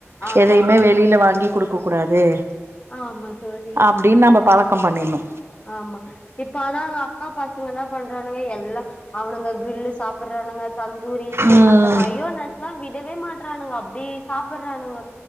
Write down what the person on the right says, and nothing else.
எதையுமே
வெளியில வாங்கி குடுக்கக் கூடாது
அப்டின்னு நம்ப பழக்கம் பண்ணிட்ணு
ம்